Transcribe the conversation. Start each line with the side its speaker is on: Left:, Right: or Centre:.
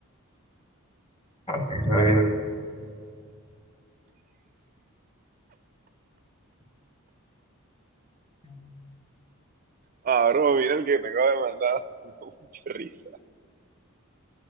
Left: A ver, a ver, a ver.
Right: Ah, bro, mira el que te acabo de mandar. <laughs> Me dio Mucha risa.